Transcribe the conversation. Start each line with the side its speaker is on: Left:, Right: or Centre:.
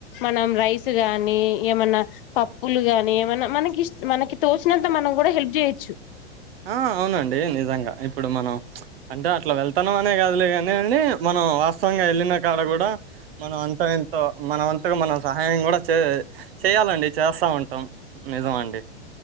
Left: మనం రైస్ గానీ ఏమన్నా పప్పులు గానీ ఏమన్నా మనకిస్ మనకి తోచినంత మనం కూడా హెల్ప్ చేయొచ్చు
Right: ఆ అవునండి నిజంగా ఇప్పుడు మనం అంటే అట్లా వెళ్తాన్నాం అనే కాదులే గాని అండి మనం వాస్తవంగా వెళ్ళిన కాడ కూడా మనం అంత ఇంతో మన వంతకు మనం సహాయం కూడా చే చేయాలండి చేస్తా ఉంటాం నిజం అండి